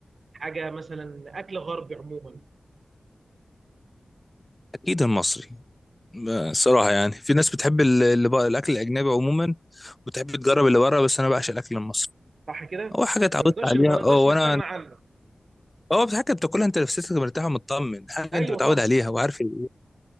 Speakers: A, on the right (about 70°); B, on the left (about 20°).
A: حاجه مثلا اكل غربي عموما
B: اكيد المصري ب- صراحه يعني في ناس بتحب ال- اللي بقى الاكل الاجنبي عموما وتحب تجرب اللي بره بس انا بعشق الاكل المصري
A: صح كده
B: هو حاجه اتعودت
A: ما نقدرش
B: عليها
A: ما نقدرش
B: اه وانا
A: نستغنى عنه
B: هو حاجه بتاكلها انت نفسيتك مرتاح ومطمن حاجه
A: ايوه
B: انت متعود
A: طبعا
B: عليها وعارف ال-